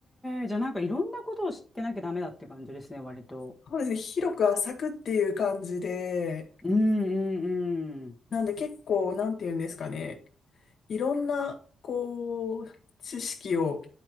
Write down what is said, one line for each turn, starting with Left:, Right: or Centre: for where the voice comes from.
Centre: えじゃあなんかいろんなことを知ってなきゃダメだって感じですね、割と。
Left: そうですね、広く浅くっていう感じで、
Centre: うんうんうん。
Left: なんで結構、なんていうんですかね、いろんな、こう、知識を